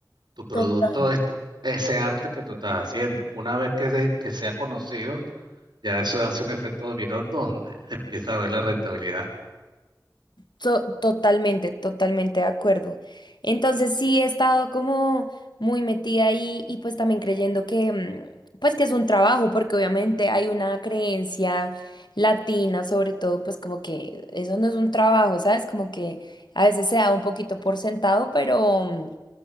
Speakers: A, on the right; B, on the left.
A: Tu producto
B: Total.
A: es ese arte que tú estás haciendo. Una vez que, se- que sea conocido, ya eso hace un efecto dominó donde empieza a ver la rentabilidad.
B: To- totalmente, totalmente de acuerdo. Entonces sí he estado como muy metida ahí y pues también creyendo que mm, pues que es un trabajo porque obviamente hay una creencia latina sobre todo pues como que eso no es un trabajo, ¿sabes? Como que a veces se da un poquito por sentado, pero mm,